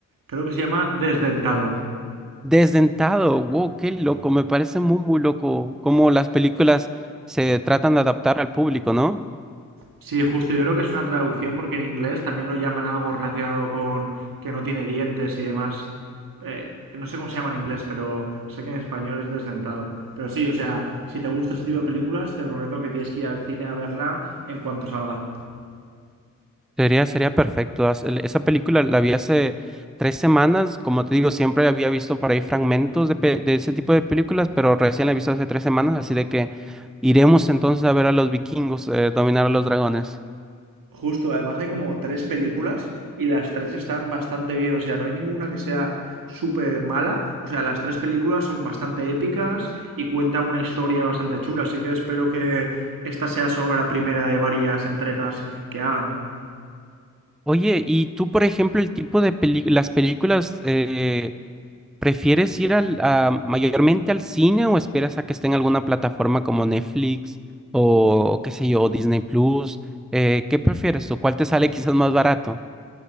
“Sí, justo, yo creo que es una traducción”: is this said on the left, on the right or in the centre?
Right